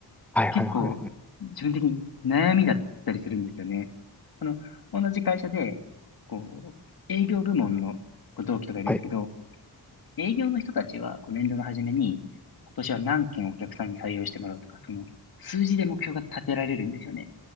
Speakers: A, in the centre; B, on the left (about 60°).
A: はい。
B: 結構自分的に悩みだったりするんですよね。
A: はい。はい。はい。
B: あの、同じ会社で、こう、営業部門のこう同期とかいるんですけど、
A: はい。
B: 営業の人たちはこう年度の初めに、今年は何件お客さんに採用してもらうとか、その数字で目標が立てられるんですよね。